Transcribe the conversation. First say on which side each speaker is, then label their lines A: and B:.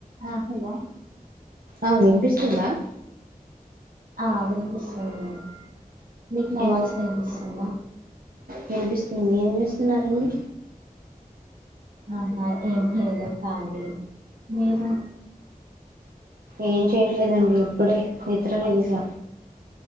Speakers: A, on the right; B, on the right.
A: ఆ హలో
B: ఆ వినిపిస్తుందా
A: ఆ వినిపిస్తుంది మీకు నా
B: ఏం
A: వాయిస్ వినిపిస్తుందా
B: వినిపిస్తుంది ఏం చేూస్తున్నారండి
A: ఆహా ఏం లేదు కానీ మీరు
B: ఏం చేయట్లేదండి ఇప్పుడే నిద్రా లేగిసా